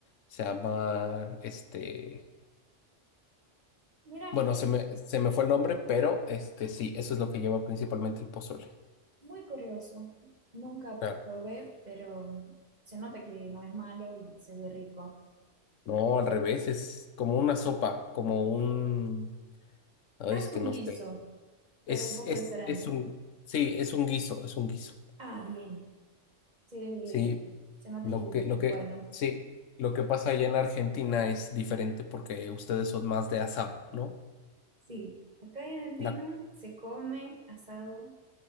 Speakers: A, on the left; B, on the right.
A: Se llama este.
B: Mira.
A: Bueno, se me, se me fue el nombre, pero este sí, eso es lo que lleva principalmente el pozole.
B: Muy curioso. Nunca
A: Claro.
B: probé, pero se nota que no es malo y se ve rico.
A: No, al revés, es como una sopa, como un... Ay,
B: Casi
A: es que
B: un
A: no
B: guiso,
A: sé. Es,
B: pero un poco
A: es,
B: diferente.
A: es un... Sí, es un guiso, es un guiso.
B: Ah, bien. Se,
A: Sí,
B: se nota
A: lo
B: que,
A: que, lo
B: bueno,
A: que, sí, lo que pasa allá en Argentina es diferente porque ustedes son más de asado, ¿no?
B: sí. Acá en Argentina
A: La,
B: se come asado